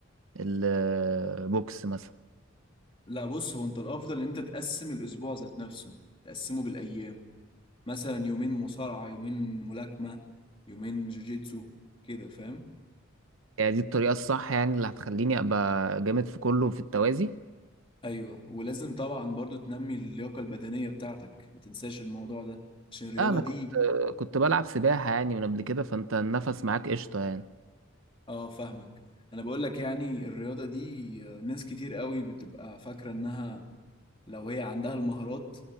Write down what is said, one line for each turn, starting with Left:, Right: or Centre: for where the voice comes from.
Right: البوكس مثلا
Left: لا بص هو انت الافضل ان انت تقسم الاسبوع ذات نفسه تقسمه بالايام مثلا يومين مصارعه يومين ملاكمه يومين جوجيتسو كده فاهم
Right: يعني دي الطريقه الصح يعني اللي هتخليني ابقى جامد في كله في التوازي
Left: ايوه ولازم طبعا برضو تنمي اللياقه البدنيه بتاعتك ما تنساش الموضوع ده عشان الرياضة
Right: لا انا
Left: دي
Right: كنت كنت بلعب سباحه يعني من قبل كده فانت النفس معاك قشطه يعني
Left: اه فاهمك انا بقول لك يعني الرياضة دي آه، ناس كتير قوي بتبقى فاكرة انها لو هي عندها المهارات